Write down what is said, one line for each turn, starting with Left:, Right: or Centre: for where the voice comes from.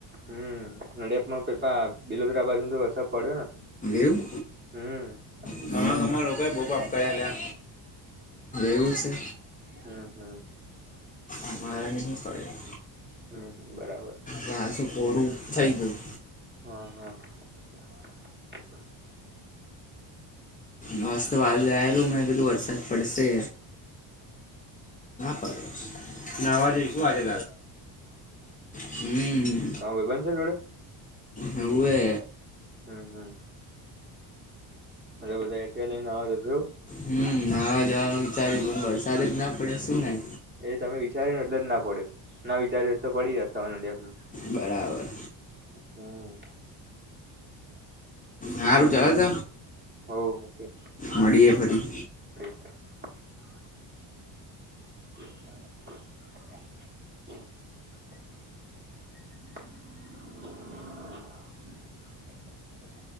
Right: હમ્મ. નડિયાપમાં પે બિલોદરા બાજુ તો વરસાદ પડ્યો ને.
Left: એવું
Right: હમ
Left: તમારા
Right: અ
Left: ગામમાં
Right: અર
Left: લોકોએ
Right: લોકો
Left: બહુ પાપ કરેલા
Right: બહ અમ
Left: એવું છે
Right: હમ્મ-હમ્મ. <unintelligible>
Left: અમારે નહીં પડ્યો
Right: હા હમ્મ. બરાબર,
Left: પાછું કોરું થઈ ગયું
Right: હા-હા. <unintelligible>
Left: મસ્ત વાજલું મેં કીધું વરસાદ પડશે. પડ્યો નાહવા
Right: નાવાજે
Left: જઈશું
Right: શું
Left: આજે
Right: વાજે દાદા
Left: હમ
Right: તો ભાઈ બંધ છે જોડે.
Left: હવે
Right: હમ્મ-હમ્મ. બધા એ લઈને આવ જશું.
Left: હમ નાવા જવાનું વિચાર્યું બંગવાર સાથે જ ના પડે શું ના
Right: એ તમે વિચાર્યુંને એટલે જ ના પડ્યો ના વિચાર્યું એટલે પડી જ ત ડપમાં
Left: બરાબર
Right: હમ્મ.
Left: હારું ચાલ ત
Right: હો મૂકી
Left: મળએ ફરી.
Right: <unintelligible> <unintelligible> <unintelligible>